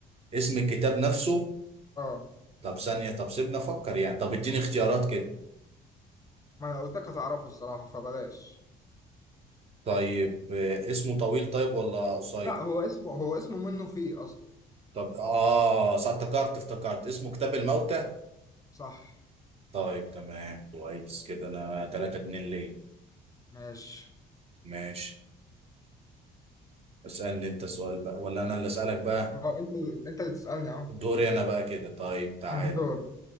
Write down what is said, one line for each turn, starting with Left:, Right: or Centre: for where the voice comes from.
Right: اسم الكتاب نفسه
Left: اه
Right: طب ثانية طب سيبنا أفكر يعني طب إديني اختيارات كده
Left: ما انا قلت لك هتعرفه الصراحة فبلاش
Right: طيب آه، اسمه طويل طيب ولا قصير؟
Left: لا هو اسمه هو اسمه منه فيه اصلا
Right: طب آه صح افتكرت افتكرت اسمه كتاب الموتى
Left: صح
Right: طيب تمام كويس كده أنا 3 2 ليه
Left: ماشي
Right: ماشي اسألني أنت سؤال بقى ولا أنا اللي أسألك بقى
Left: اه انت انت اللي تسألني اهو
Right: دوري
Left: <laughs>
Right: انا بقى كده طيب تعال
Left: اه دور